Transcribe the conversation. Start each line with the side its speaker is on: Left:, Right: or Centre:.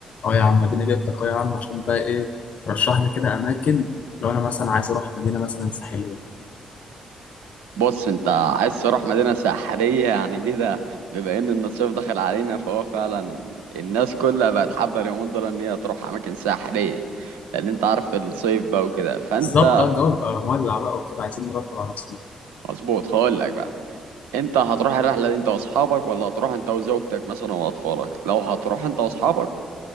Left: اه يا عم اديني جبتك اه يا عم عشان بقى ايه ترشح لي كده اماكن لو انا مثلا عايز اروح مدينه مثلا ساحليه
Right: بص انت عايز تروح مدينة ساحلية يعني دي ده بما ان إن الصيف دخل علينا فهو فعلا الناس كلها بقت حابة اليومين دول ان هي تروح اماكن ساحلية لان انت عارف الصيف بقى وكده فانت
Left: بالظبط اه الجو بيبقى مولع بقى وكده عايزين نرتب على نفسنا
Right: مظبوط هقول لك بقى انت هتروح الرحلة دي انت واصحابك ولا هتروح انت وزوجتك مثلا واطفالك لو هتروح انت واصحابك